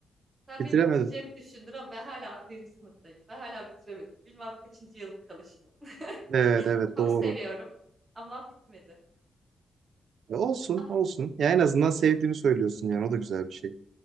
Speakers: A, on the right (about 25°); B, on the right (about 70°).
A: Sen
B: Bitiremedim.
A: benim bitireceğimi düşündün ama ben hala birinci sınıftayım. Ben hala bitiremedim. Bilmem kaçıncı yılım kalışımın. <laughs>
B: Evet evet
A: Çok
B: doğru.
A: seviyorum ama bitmedi.
B: E, olsun
A: Ama
B: olsun. Ya en azından sevdiğini söylüyorsun yani o da güzel bir şey.